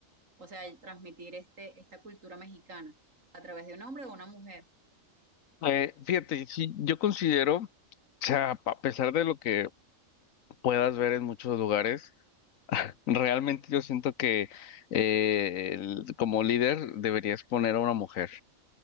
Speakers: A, on the right; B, on the left.
A: o sea, y transmitir este, esta cultura mexicana a través de un hombre o una mujer?
B: Eh, fíjate, sí, yo considero, o sea, pa- a pesar de lo que puedas ver en muchos lugares. Realmente yo siento que eh, el- como líder deberías poner a una mujer.